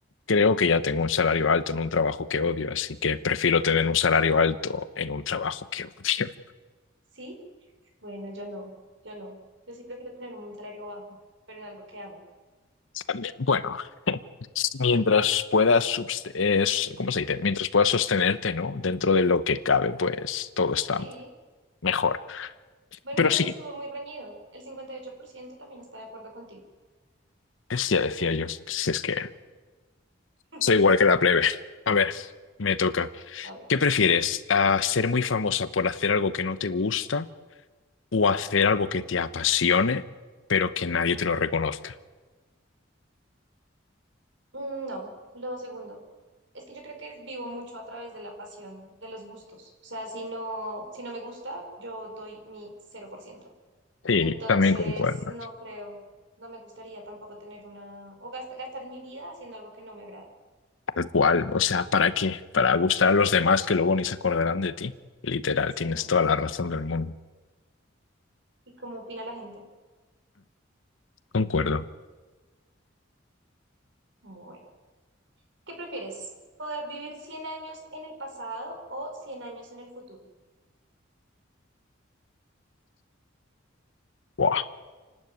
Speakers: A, on the left; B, on the right.
A: Creo que ya tengo un salario alto en un trabajo que odio, así que prefiero tener un salario alto en un trabajo que odio.
B: ¿Sí? Bueno, yo no, yo no. Yo sí prefiero tener un salario bajo, pero en algo que amo.
A: <laughs> También, Bueno. Mientras puedas, subs- eh, s- ¿cómo se dice? Mientras puedas sostenerte, ¿no? Dentro de lo que cabe, pues todo está
B: Sí.
A: mejor.
B: Bueno,
A: Pero
B: mira
A: sí,
B: que estuvo muy reñido. El 58% también está de acuerdo contigo.
A: es- ya decía yo, si es que
B: <laughs>
A: soy igual que la plebe. A ver, me toca.
B: A
A: ¿Qué prefieres? ¿A ¿Ser muy famosa por hacer algo que no te gusta o hacer algo que te apasione, pero que nadie te lo reconozca?
B: Mm, No, lo segundo. Es que yo creo que vivo mucho a través de la pasión, de los gustos. O sea, si no, si no me gusta, yo doy mi cero por ciento
A: Sí,
B: Entonces,
A: también concuerdo.
B: no creo, no me gustaría tampoco tener una, o gast- gastar mi vida haciendo algo que no me agrada.
A: Tal cual, o sea, ¿para qué? Para gustar a los demás que luego ni se acordarán de ti. Literal,
B: Sí,
A: tienes
B: no,
A: toda
B: ¿para
A: la
B: qué?
A: razón del mundo.
B: ¿Y cómo opina la gente?
A: Concuerdo.
B: Bueno, ¿qué prefieres? ¿Poder vivir cien años en el pasado o 100 años en el futuro?
A: Buah,